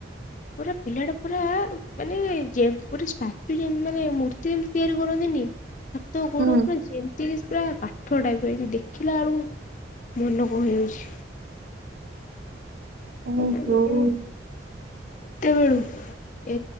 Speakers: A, on the left (about 40°); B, on the right (about 60°).
A: ପୁରା ପିଲା ଟା ପୁରା ମାନେ ଯେ ଗୋଟେ <inaudible> ମାନେ ମୂର୍ତ୍ତି ଯେମିତି ତିଆରି କରନ୍ତିନି। ହାତ ଗୋଡ।
B: ହୁଁ ହୁଁ
A: ଏତି ପୁରା କାଠ ଟାଇପକି ଦେଖିଲା ବେଳକୁ ମନ କଣ ହେଇଯାଉଛି।
B: ଓ
A: ଚାଲ।
B: ହଉ
A: ତେବେଳୁ ଏ